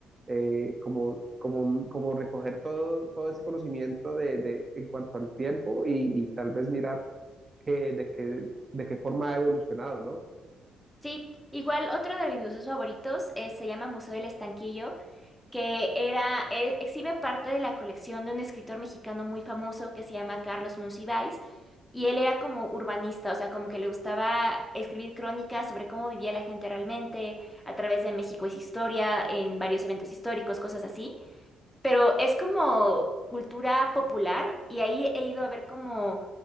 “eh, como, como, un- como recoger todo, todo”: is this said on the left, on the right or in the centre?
Right